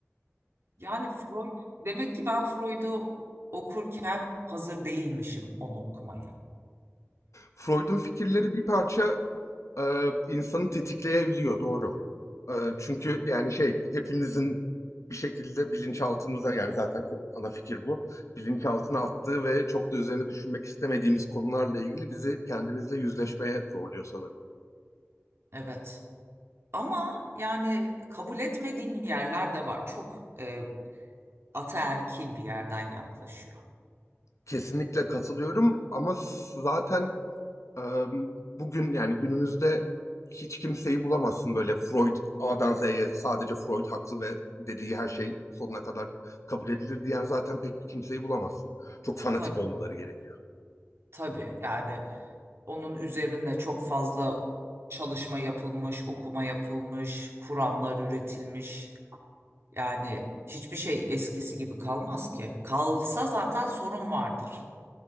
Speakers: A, on the right; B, on the left.
A: Yani Freud demek ki ben Freud'u okurken hazır değilmişim onu okumaya.
B: Freud'un fikirleri bir parça e, insanı tetikleyebiliyor, doğru. E, çünkü yani şey hepimizin bir şekilde bilinçaltımıza yani zaten ana fikir bu. Bilinçaltına attığı ve çok da üzerine düşünmek istemediğimiz konularla ilgili bizi kendimizle yüzleşmeye zorluyor sanırım.
A: Evet. Ama yani kabul etmediğim yerler de var. Çok e, ataerkil bir yerden yaklaşıyor.
B: Kesinlikle katılıyorum ama zaten Eee, Bugün yani günümüzde hiç kimseyi bulamazsın böyle Freud A'dan Z'ye sadece Freud haklı ve dediği her şey sonuna kadar kabul edilir diyen zaten pek bir kimseyi bulamazsın. Çok fanatik
A: Tabii,
B: olmaları gerekiyor.
A: tabii. Yani Onun üzerine çok fazla çalışma yapılmış, okuma yapılmış, kuramlar üretilmiş. Yani hiçbir şey eskisi gibi kalmaz ki. Kalsa zaten sorun vardır.